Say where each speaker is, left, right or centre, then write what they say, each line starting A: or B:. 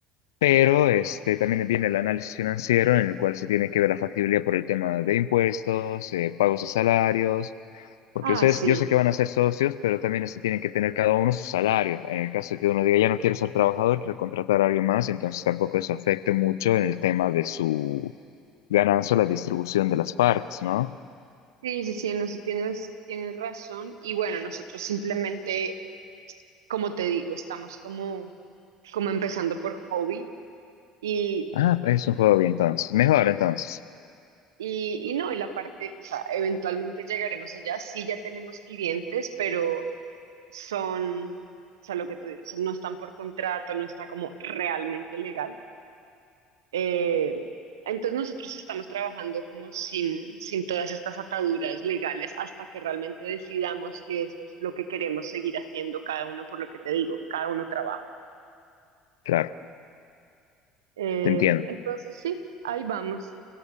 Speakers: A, on the left; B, on the right.
A: Pero este, también viene el análisis financiero en el cual se tiene que ver la factibilidad por el tema de impuestos, eh, pagos de salarios, porque
B: Ah,
A: ustedes,
B: sí.
A: yo sé que van a ser socios, pero también este, tienen que tener cada uno su salario. En el caso de que uno diga, ya no quiero ser trabajador, quiero contratar a alguien más, entonces tampoco eso afecte mucho en el tema de su ganancia o la distribución de las partes, ¿no?
B: Sí, sí, sí, en eso tienes, tienes razón. Y bueno, nosotros simplemente como te digo, estamos como, como empezando por hobby y,
A: Ah, es un juego bien entonces. Mejor entonces,
B: y, y no, y la parte, o sea, eventualmente llegaremos allá, sí ya tenemos clientes, pero son, o sea, lo que tú dices, no están por contrato, no está como realmente legal. Eh, entonces nosotros estamos trabajando como sin, sin todas estas ataduras legales hasta que realmente decidamos que esto es lo que queremos seguir haciendo cada uno, por lo que te digo, cada uno trabaja.
A: claro,
B: Eh,
A: te entiendo.
B: entonces, sí, ahí vamos.